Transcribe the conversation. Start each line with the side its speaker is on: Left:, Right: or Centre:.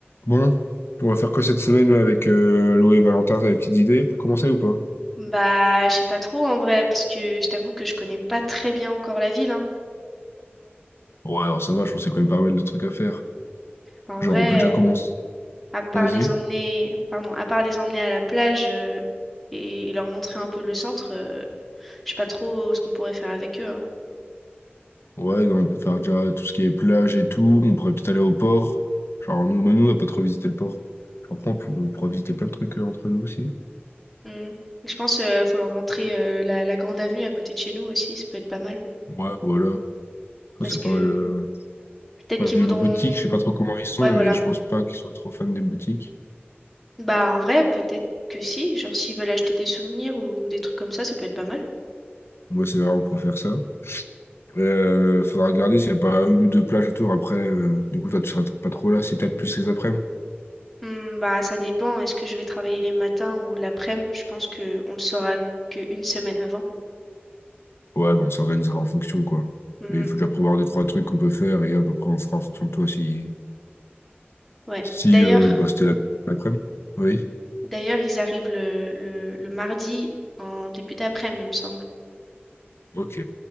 Left: Bon, on va faire quoi cette semaine là avec euh, Lou et Valentin? T'as des petites idées pour commencer ou pas?
Centre: Bah, je sais pas trop en vrai, parce que je t'avoue que je connais pas très bien encore la ville, hein.
Left: Ouais, alors ça va, je pense qu'il y a quand même pas mal de trucs à faire.
Centre: Bah, en
Left: Genre,
Centre: vrai,
Left: on peut déjà commencer.
Centre: à part
Left: Vas-y.
Centre: les emmener, pardon, à part les emmener à la plage euh, et leur montrer un peu le centre, euh, je sais pas trop ce qu'on pourrait faire avec eux, hein.
Left: Ouais, non, on peut faire déjà tout ce qui est plage et tout. On pourrait peut-être aller au port. Genre, nous, Manu, on va pas trop visiter le port. Après, on, peut- on pourra visiter plein de trucs euh, entre nous aussi.
Centre: Mm. Je pense euh, faut leur montrer euh, la, la grande avenue à côté de chez nous aussi, ça peut être pas mal,
Left: Ouais, voilà.
Centre: parce
Left: Ça, c'est
Centre: que
Left: pas mal. euh.
Centre: peut-être
Left: Ouais,
Centre: qu'ils
Left: niveau
Centre: voudront,
Left: boutique, je sais pas trop comment ils sont,
Centre: ouais voilà.
Left: mais je pense pas qu'ils soient trop fans des boutiques.
Centre: Bah en vrai, peut-être que si, genre s'ils veulent acheter des souvenirs ou des trucs comme ça, ça peut être pas mal.
Left: Moi, c'est vrai, on pourrait faire ça. Euh, faudra regarder s'il n'y a pas une ou deux plages autour. Après, euh, du coup, toi, tu seras pas trop là. C'est peut-être plus les après-midi.
Centre: Hmm, bah, ça dépend. Est-ce que je vais travailler les matins ou l'après-midi? Je pense que on le saura qu'une semaine avant.
Left: Ouais, bon, on s'organisera en fonction, quoi.
Centre: Hmm,
Left: Mais il faut déjà prévoir deux, trois trucs qu'on peut faire et hop, après, on fera en fonction de toi si,
Centre: ouais.
Left: si
Centre: D'ailleurs,
Left: euh, bah, c'était la- l'après-midi. Oui.
Centre: d'ailleurs, ils arrivent le, le, le mardi en début d'après-midi, il me semble.
Left: Ok.